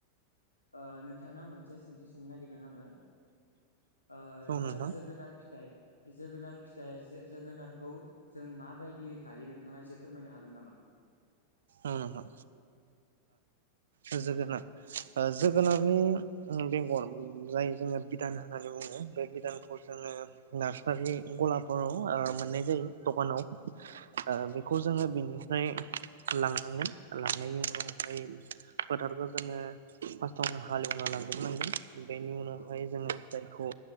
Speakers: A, on the left; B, on the right.
A: ओ नोंथांनाव मोनसे सोंथि सोंनो नागिरदों आङो ओ
B: नोंथां
A: जा जोगोनार फिथाइ जोगोनार फिथाइ जो-जोगोनारखौ जों माबायदि गायो नोंथाङा एसे फोरमायनो हागोन नामा?
B: औ नोंथां अ जोगोनार ओ जोगोनारनि बेंगर जाय जोङो बिदान होननानै बुङो बे बिदान <unintelligible> जोङो
A: औ
B: नार <unintelligible> रि गलाफोराव ओ मोननाय जायो दकानाव ओ
A: औ औ
B: बेखौ जोङो बिनि <unintelligible> लांनांगोन लांनायनि उनावहाय फोथारखौ जोङो फार्स्टआवनो हालेवना लांग्रोनांगोन। बेनि उनावहाय
A: औ
B: जोङो जाय खौ